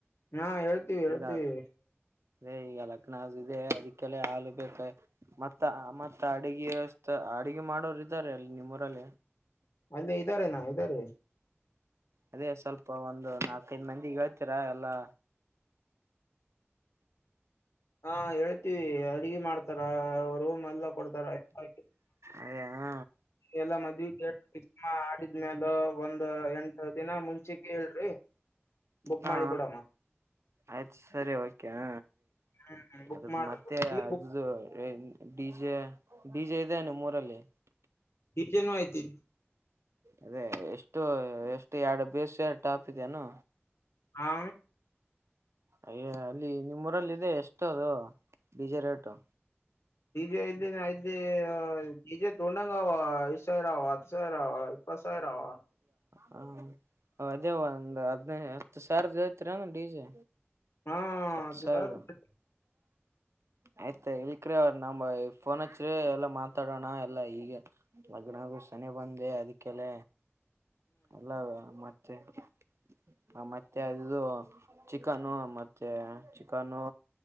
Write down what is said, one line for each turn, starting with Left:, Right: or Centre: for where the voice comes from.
Left: ಹಾ ಹೇಳ್ತೀವಿ ಹೇಳ್ತೀವಿ
Right: ಈಗ ಅೇ ಈಗ ಲಗ್ನ ಇದೆ ಅದಕ್ಕೆಲ್ಲ ಹಾಲು ಬೇಕೆ ಮತ್ತ ಮತ್ತ ಅಡಗೆ ವ್ಯವಸ್ಥ ಅಡಗೆ ಮಾಡೋರು ಇದ್ದಾರೆ ಅಲ್ಲಿ ನಿಮ್ಮ್ರು ಹರಲ್ಲ
Left: ಅಲ್ಲೇ ಇದ್ದಾರೆ ನ ಇದ್ದಾರೆ
Right: ಅದೇ ಸ್ವಲ್ಪ ಒಂದು ನಾಕೈದ್ ಮಂದಿ ಹೇಳ್ತೀರಾ ಎಲ್ಲಾ
Left: ಹಾ ಹೇಳ ಅಡ್ಗೆ ಮಾಡ್ತಾರ ರೂಮ್ ಎಲ್ಲ ಕೊಡ್ತಾರ್ತಾರ
Right: ಅದೇ ಹ
Left: ಎಲ್ಲ ಮದ್ ಆದ್ಮೇಾಲ ಒಂದ್ ಎಂಟ ದಿನ ಮುಂಚಿಕ ಹೇಳ್ರಿ ಬುಕ್
Right: ಹಾ
Left: ಮಾಡಿ ಬಿಡಮ್ಮ
Right: ಆಯ್ತು ಸರಿ ಓಕೆ ಹ
Left: ಹ್ಮ್ ಬುಕ್
Right: ಅದು
Left: ಮಾಡ್ಬೇಕು
Right: ಮತ್ತೆ ಅದು
Left: ಬುಕ್
Right: ಡಿಜೆ ಡಿಜೆ ಇದದೆಾನ ಮೂರಲ್ಲಿ
Left: ಈಜನು ಆಹ್ತಿ
Right: ಅದೇ ಎಷ್ಟು ಎಷ್ಟು ಎರಡು ಬೇಸ ಎ ಟಾಪ್ ಇದಾನ
Left: ಹಾ
Right: ಅಯ್ಯ ಅಲ್ಲಿ ನಿಮ್ಮೂಊರಲ್ಲಿ ಇದೆ ಎಷ್ಟು ಅದು ಬೀಜ ರೇಟ್ು
Left: ನಿಜ ಇಲ್ಲಿ ಆಯ್ತು ಅ ಈಜ ತ ಉೊಂಡಂಗ ಐರ ಅವ ಕಸರಾವ ಕಸಾಯ ರಾವ
Right: ಹಾ ರಜೆ ಒಂದು್ ಹದ್ಿನೈದು ಸರ್ ಜಯತರನು ಡಿಜೆ
Left: ಹಾ
Right: ಅ
Left: ಹತ್ತು
Right: ಸ
Left: ಸಾವಿರ
Right: ಇದ ಆಯ್ತ ಇಲ್ಕ್ರೀ ಅವ ನಮ ಫೋನ್ ಹಚ್ಚ್ರ ಎಲ್ಲಾ ಮಾತಾಡೋಣ ಎಲ್ಲಾ ಈಗ ಲಗ್ನಗು ಶನಿ ಬಂದ ಇ ಅದಕ್ಕೆಲ್ಲ ಅಲ್ಲ ಮತ್ತೆ ತ್ತೆ ಹ ಮತ್ತೆ ಅದುದು ಚಿಕನು ಮತ್ತೆ ಚಿಕನು